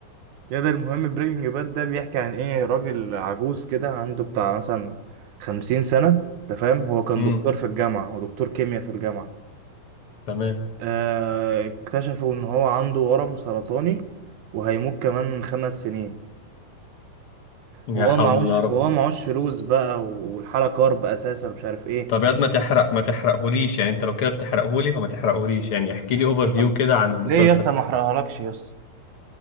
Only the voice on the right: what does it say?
ياد المهم بريكنج باد ده بيحكي عن ايه راجل عجوز كده عنده بتاع مثلا خمسين سنة انت فاهم هو كان
دكتور في الجامعة ودكتور كيمياء في الجامعة
آه، اكتشفوا ان هو عنده ورم سرطاني وهيموت كمان خمس سنين
وهو
معهوش
وهو معهوش فلوس بقى والحالة كارب اساسا مش عارف ايه
طب
ليه يا اسطى ما احرقهالكش يا اسطى